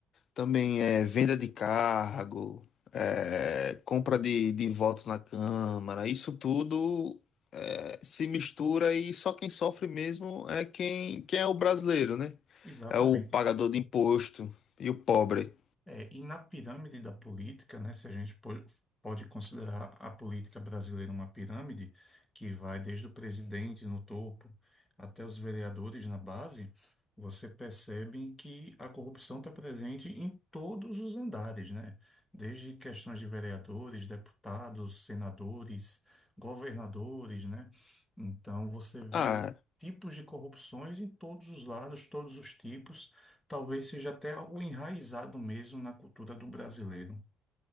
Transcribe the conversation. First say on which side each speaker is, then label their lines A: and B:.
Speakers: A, on the left (about 60°); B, on the left (about 20°).
A: Também é venda de cargo, é, compra de, de votos na Câmara, isso tudo é, se mistura e só quem sofre mesmo é quem, quem é o brasileiro, né?
B: Exatamente.
A: É o pagador de imposto e o pobre.
B: É, e na pirâmide da política, né, se a gente po- pode considerar a política brasileira uma pirâmide, que vai desde o presidente no topo até os vereadores na base, você percebe que a corrupção está presente em todos os andares, né? Desde questões de vereadores, deputados, senadores, governadores, né? Então você vê
A: Ah,
B: tipos de corrupções em todos os lados, todos os tipos. Talvez seja até algo enraizado mesmo na cultura do brasileiro.